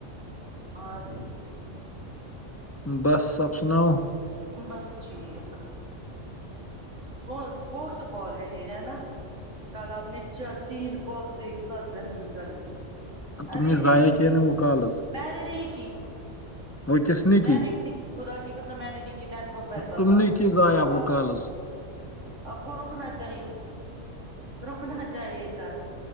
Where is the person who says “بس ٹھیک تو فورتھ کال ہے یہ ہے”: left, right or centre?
Right